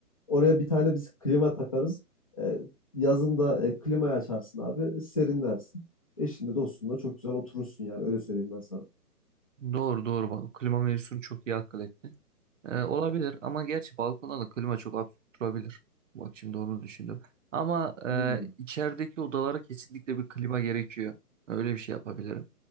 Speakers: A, on the left; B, on the right.
A: Oraya bir tane biz klima takarız. Eee, yazın da, eee, klimayı açarsın abi, serinlersin. Eşinle, dostunla çok güzel oturursun yani öyle söyleyeyim ben sana.
B: Doğru doğru bak klima mevzusunu çok iyi akıl ettin. Ee, olabilir ama gerçi balkonda da klima çok absürt durabilir. Bak şimdi onu düşündüm. Ama e,
A: Hımm.
B: içerideki odalara kesinlikle bir klima gerekiyor. Öyle bir şey yapabilirim.